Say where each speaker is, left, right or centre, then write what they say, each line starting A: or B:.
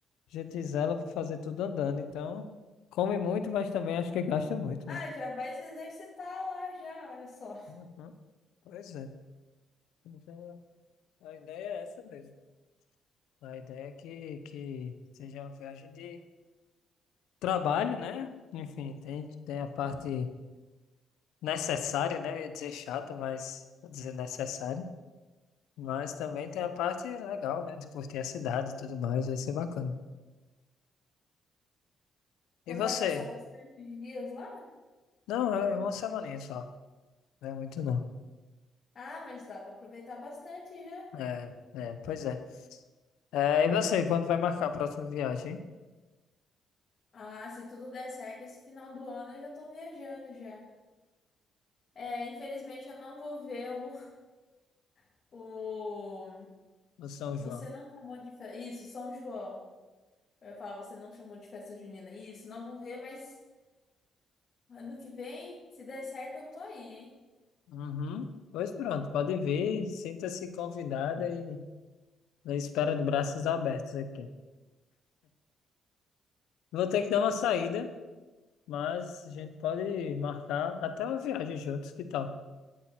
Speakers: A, on the left (about 80°); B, on the left (about 40°).
A: a gente zela pra fazer tudo andando. Então, come muito, mas também acho que gasta muito,
B: Ah,
A: né?
B: já vai se exercitar lá já, olha só.
A: Uhum. Pois é. Então, A ideia é essa mesmo. A ideia é que, que seja uma viagem de trabalho, né? Enfim, tem, tem a parte necessária, né? Eu ia dizer chata, mas vou dizer necessária. Mas também tem a parte legal, né? De curtir a cidade e tudo mais, vai ser bacana. E
B: Você
A: você?
B: vai passar bastante dias lá?
A: Não, é uma semaninha só. Não é muito não.
B: Ah, mas dá pra aproveitar bastante já.
A: É, é, pois é. É, e você, quando vai marcar a próxima viagem, hein?
B: Ah, se tudo der certo, esse final do ano eu já tô viajando já. É, infelizmente eu não vou ver o, <laughs> o
A: Do São João.
B: Você não chamou de festa. Isso, São João. Eu ia falar, você não chamou de festa junina. Isso, não vou ver, mas ano que vem, se der certo, eu tô aí, hein?
A: Uhum. Pois pronto, pode vir, sinta-se convidada e na espera de braços abertos aqui. Vou ter que dar uma saída, mas a gente pode marcar até uma viagem juntos, que tal?